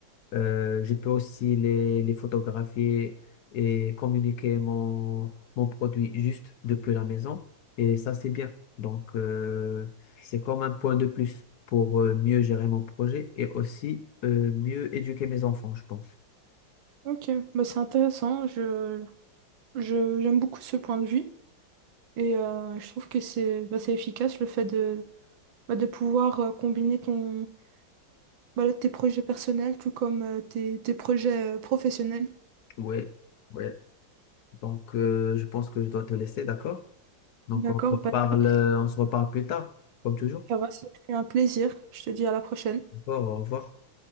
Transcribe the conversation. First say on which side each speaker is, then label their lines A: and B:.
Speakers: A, on the left; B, on the right.
A: Euh, je peux aussi les, les photographier et communiquer mon, mon produit juste depuis la maison. Et ça, c'est bien. Donc, euh, c'est comme un point de plus pour euh, mieux gérer mon projet et aussi euh, mieux éduquer mes enfants, je pense.
B: Ok, bah, c'est intéressant. Je, je, j'aime beaucoup ce point de vue. Et euh, je trouve que c'est bah, c'est efficace le fait de, bah, de pouvoir euh, combiner ton, voilà, tes projets personnels, tout comme euh, tes, tes projets euh, professionnels.
A: Ouais, ouais. Donc, euh, je pense que je dois te laisser, d'accord? Donc,
B: D'accord,
A: on se reparle,
B: bah, écoute,
A: euh, on se reparle plus tard, comme toujours.
B: ça va, c'était un plaisir. Je te dis à la prochaine.
A: D'accord, au revoir.